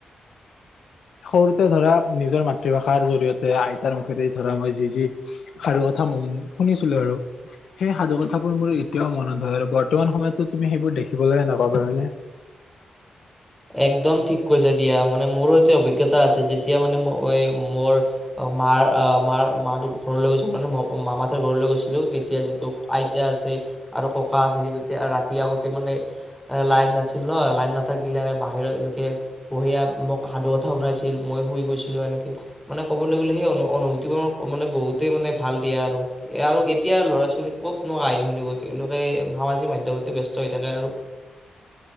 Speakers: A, on the left; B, in the centre.
A: সৰুতে ধৰা নিজৰ মাতৃভাষাৰ জৰি়য়তে আইতাৰ মুখেৰে ধৰা মই যি যি সাধু কথা শুনিছিলো আৰু সেই সাধু কথাবোৰ মোৰ এতিয়াও মনত হয় আৰু বৰ্তমান সময়তো তুমি সেইবোৰ দেখিবলৈ নাপাবা হয়নে।
B: একদম ঠিক কৈছো দিয়া মানে মোৰো সতে অভিজ্ঞতা আছে যেতিয়া মানে ম মোৰ মাৰ অঁ মাৰ মাক ঘৰলৈ গৈছিল মানে মামা ৰ ঘৰলৈ গৈছিলো তেতিয়া যিটো আইতা আছে আৰু ককা আছে সেই তেতিয়া ৰাতি আগতে মানে লাইন নাছিল ন লাইন নাথাকিলে বাহিৰত এনেকে পঢ়িয়া মোক সাধু কথা শুনাইছিল মই শুই গৈছিলো এনেকে মানে ক'বলৈ গলে সেই অনু অনুভূতি মোৰ মানে বহুতেই মানে ভাল দিয়া আৰু আৰু এতিয়া ল'ৰা ছোৱালী ক'তনো কাহিনী শুনিব তেওঁলোকে সামাজিক মাধ্যমতে বস্ত হৈ থাকে আৰু।